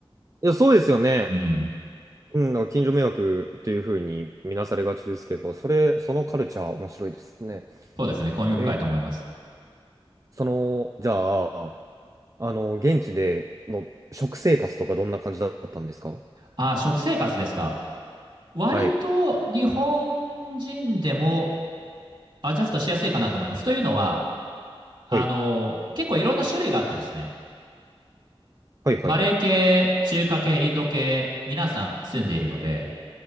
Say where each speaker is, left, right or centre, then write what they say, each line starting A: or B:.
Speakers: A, on the right; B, on the right.
A: いや、そうですよね。
B: うん。
A: うん、なんか近所迷惑っていうふうに見なされがちですけど、それ、そのカルチャー面白いですね。
B: そうですね。興味深いと思います。
A: え、その、じゃあ、あの、現地での食生活とかどんな感じだったんですか
B: ああ、食生活ですか。割と日本人でも
A: はい。
B: アジャストしやすいかなと思います。というのは、あの、
A: はい。
B: 結構いろんな種類があってですね、
A: はいはいはい。
B: マレー系、中華系、インド系、皆さん住んでいるので、